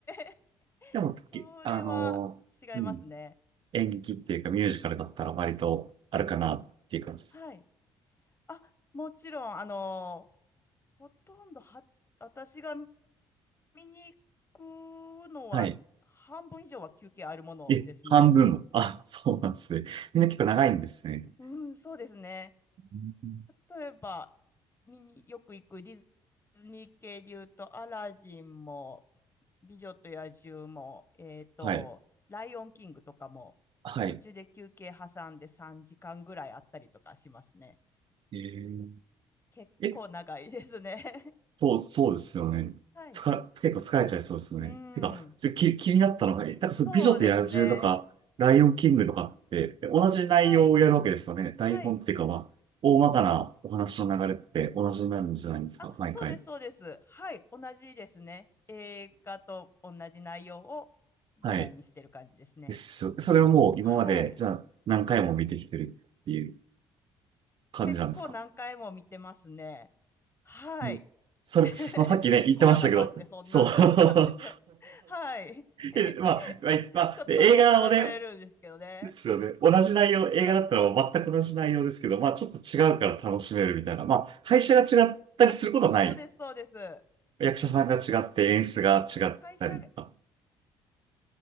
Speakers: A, on the left; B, on the right.
A: <laughs>
B: でも、
A: それは違いますね。
B: きあのーうん、演劇っていうかミュージカルだったら割とあるかなっていう感じです。
A: はい。あ、もちろん、あの、ほとんどは、私が見に行くのは、
B: はい。
A: 半分以上は休憩あるものですね。
B: いえ、半分も。あ、そうなんですね。みんな結構長いんですね。
A: うん、そうですね。
B: うん
A: 例えば、見によく行くディズニー系で言うと、アラジンも、美女と野獣も、えっと、
B: はい。
A: ライオンキングとかも、
B: はい。
A: 途中で休憩挟んで3時間ぐらいあったりとかしますね。
B: えー、
A: 結構長いですね。
B: え、そう、そうですよね。
A: <laughs> はい。
B: つか、結構疲れちゃいそうですよね。
A: <laughs> うん。
B: てか、ちょ、気、気になったのが、え、なんかその美女と野獣とか、
A: そうですね。
B: ライオンキングとかって、え同じ内容をやるわけですよね。
A: はい。
B: 台本っていうか、
A: はい。
B: まあ、大まかなお話の流れって同じになるんじゃないんですか、
A: あ、
B: 毎回。
A: そうです、そうです。はい。同じですね。映画と同じ内容を舞台にしてる感じですね。
B: はい。です。それをもう今まで、
A: はい。
B: じゃあ何回も見てきてるっていう感じなんですか
A: 結構何回も見てますね。はい。
B: うんそれ、
A: <laughs>
B: そさっきね、言ってましたけど、
A: コアなファンってそんな感じなんですよ。
B: そう。<laughs>
A: はい。<laughs>
B: えまあ、まあ、まあで映画をね、
A: ちょっと驚かれるんですけどね。
B: ですよね。同じ内容、映画だったら全く同じ内容ですけど、
A: はい。
B: まあちょっと違うから楽しめるみたいな。まあ会社が違ったりすることはない。
A: あ、そうです、そうです。
B: 役者さんが違って演出が違ったりとか。
A: 会社、あ、